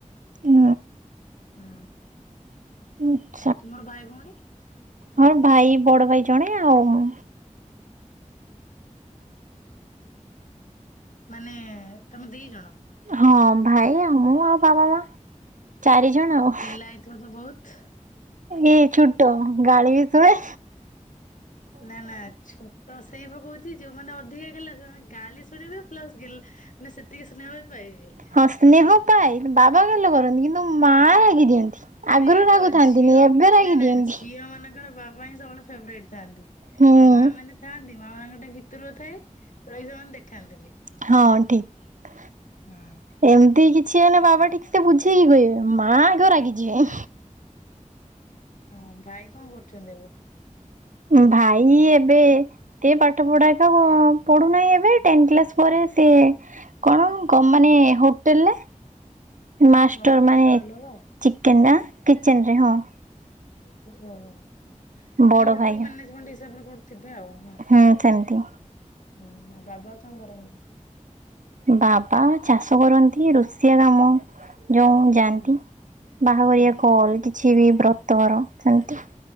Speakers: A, on the right (about 75°); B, on the left (about 75°).
A: ହୁଁ।
B: ହୁଁ।
A: ଉଁ
B: ତୁମର ଭାଇ ଭଉଣୀ?
A: ହଁ ଭାଇ ବଡ ଭାଇ ଜଣେ ଆଉ ମୁଁ।
B: ମାନେ ତମେ ଦି ଜଣ?
A: ହଁ ଭାଇ ଆଉ ମୁଁ ଆଉ ବାବା ମାଆ ଚାରି ଜଣ ଆଉ।
B: ଯାଇଥିବ ତ ବୋହୁତ୍।
A: ଏଇ ଛୁଟ ଗାଳି ବି ସେତଳେ।
B: ନା- ନା ଛୋଟ ସେଇ ପା କହୁଛି, ଯୋଉଁମାନେ ଅଧିକା ଗେଲା ସେମାନେ ଗାଳି ଶୁଣିବେ ପ୍ଲସ୍ ଗେ ନେ ସେତିକି ସ୍ନେହ ବି ପାଇବେ।
A: ହଁ ସ୍ନେହ ପାଏ, ବାବା ଗେଲ କରନ୍ତି କିନ୍ତୁ ମା ରାଗି ଦିଅନ୍ତି। ଆଗରୁ
B: ସେଇତ
A: ରାଗୁଥାନ୍ତିନି
B: ଝିଅ
A: ଏବେ ରାଗି
B: ନାଁ -ନାଁ
A: ଦିଅନ୍ତି
B: ଝିଅ ମାନ ତାଙ୍କର ବାବା ହିଁ ସବୁବେଳେ ଫେଭ୍ରାଇଟ୍ ଥାନ୍ତି,
A: ହୁଁ
B: ମା ମାନେ ଥାଆନ୍ତି। ମା ମାନଙ୍କ ଟିକେ ଭିତରୁ ଥାଏ, ବାକି ସେମାନେ ଦେଖାନ୍ତିନି।
A: ହଁ ଠିକ୍,
B: ହଁ
A: ଏମତି କିଛି ହେଲେ ବାବା ଠିକ୍ ତେ ବୁଝେଇକି କହିବେ, ମା ଆଗ ରାଗିଯିବେ।
B: ହଁ, ଭାଇ କଣ କରୁଛନ୍ତି ଏବେ?
A: ଭାଇ ଏବେ। ସେ ପାଠ ପଢା ଏକ ପଢୁନାହିଁ, ଏବେ ଟେନ୍ କ୍ଲାସ୍ ପରେ ସେ କଣ କ ମାନେ ହୋଟେଲରେ। ମାଷ୍ଟର
B: ବଡ ଭାଇ
A: ମାନେ
B: କହିଲ ବା
A: ଚିକେନ ନା କିଚେନ୍ ରେ, ହଁ।
B: ହ -ହ ମାନେ
A: ବଡ
B: ହୋଟେଲ୍
A: ଭାଇ
B: ମ୍ୟାନେଜମେଣ୍ଟ୍ ହିସାବରେ କୋର୍ ଥିବେ ଆଉ ନା?
A: ହୁଁ ସେମିତି।
B: ହଁ ବାବା କଣ କରନ୍ତି?
A: ବାବା ଚାଷ କରନ୍ତି ରୋଷିଆ କାମ। ଯୋଉଁ ଯାଆନ୍ତି,
B: ହୁଁ
A: ବାହାଘରିଆ
B: ହୁଁ
A: କଲ୍ କିଛି ବି ବ୍ରତଘର ସେମିତି।